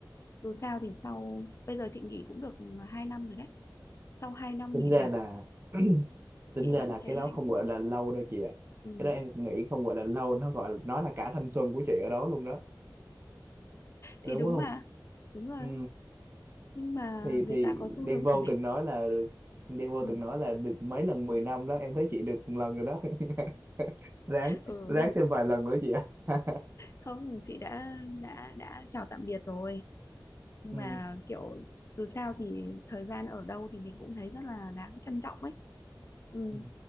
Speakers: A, on the left; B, on the right.
A: dù sao thì sau bây giờ chị nghỉ cũng được ừ, 2 năm rồi đấy sau 2 năm
B: tính
A: nghỉ
B: ra
A: việc
B: là <clears throat> tính
A: chị
B: ra
A: vẫn
B: là
A: thấy
B: cái đó
A: hạnh
B: không
A: phúc
B: gọi là lâu đâu chị ạ
A: ừ.
B: cái đó em nghĩ không gọi là lâu nó gọi nó là cả thanh xuân của chị ở đó luôn đó
A: thì
B: đúng
A: đúng
B: không
A: mà đúng rồi
B: ừ.
A: nhưng mà
B: thì
A: người
B: thì
A: ta có xu
B: Đen
A: hướng
B: Vâu
A: ổn định
B: từng nói là Đen Vâu
A: ừ.
B: từng nói là được mấy lần 10 năm đó em thấy chị được một lần rồi đó <laughs> ráng
A: ừ
B: ráng thêm vài lần nữa chị ạ <laughs>
A: không chị đã đã đã chào tạm biệt rồi nhưng
B: ừ.
A: mà kiểu dù sao thì thời gian ở đâu thì mình cũng thấy rất là đáng trân trọng ấy ừ.
B: ừ,